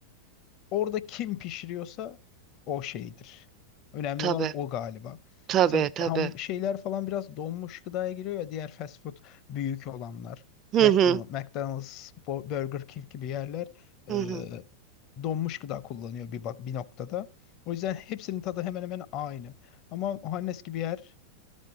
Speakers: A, on the left (about 40°); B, on the right (about 30°).
A: Orada kim pişiriyorsa o şeydir. Önemli
B: Tabii.
A: olan o galiba.
B: Tabii
A: Mesela
B: tabii.
A: ham şeyler falan biraz donmuş gıdaya giriyor ya diğer fast food büyük olanlar.
B: Hı
A: McDonald's,
B: hı.
A: McDonald's, Bo- Burger King gibi yerler e,
B: Hı hı.
A: donmuş gıda kullanıyor bir bak bir noktada. O yüzden hepsinin tadı hemen hemen aynı. Ama Ohannes gibi yer,